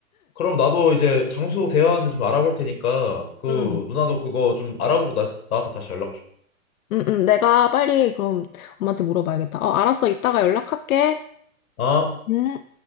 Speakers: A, on the left; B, on the left.
A: 그럼 나도 이제 장소 대여하는데 좀 알아볼 테니까 그
B: 음,
A: 누나도 그거 좀 알아보고 나, 나한테 다시 연락 줘.
B: 음, 음, 내가 빨리 그럼 엄마한테 물어봐야겠다. 어, 알았어. 이따가 연락할게.
A: 아.
B: 음.